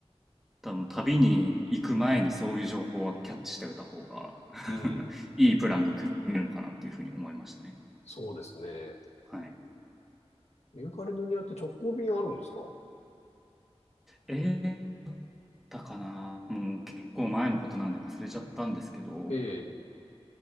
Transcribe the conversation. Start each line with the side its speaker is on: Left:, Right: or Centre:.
Centre: 多分旅に行く前にそういう情報はキャッチしておいた方が <laughs>
Left: うん。
Centre: いいプランが組めるのかなっていうふうに思いましたね。
Left: そうですね。
Centre: はい。
Left: ユーカリドニアって直行便あるんですか
Centre: えーだったかなもう結構前のことなんで忘れちゃったんですけど、
Left: ええ。